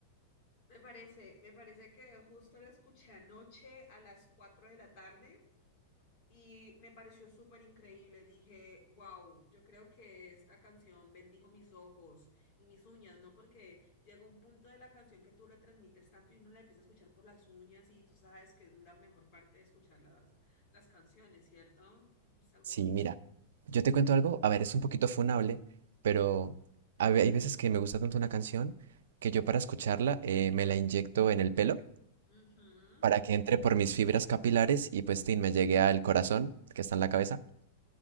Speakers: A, on the left (about 40°); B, on the right (about 80°).
A: Me parece, me parece que justo la escuché anoche a las 4 de la tarde y me pareció súper increíble. Dije, wow, yo creo que esta canción bendijo mis ojos y mis uñas, ¿no? Porque llega un punto de la canción que tú la transmites tanto y uno la empieza a escuchar por las uñas y tú sabes que es la mejor parte de escuchar las, las canciones, ¿cierto? Es algo...
B: Sí, mira, yo te cuento algo, a ver, es un poquito funable, pero
A: Mm,
B: a ve- hay veces que me gusta tanto una canción que yo para escucharla eh, me la inyecto en el pelo
A: ujú.
B: para que entre por mis fibras capilares y pues, tin, me llegue al corazón, que está en la cabeza.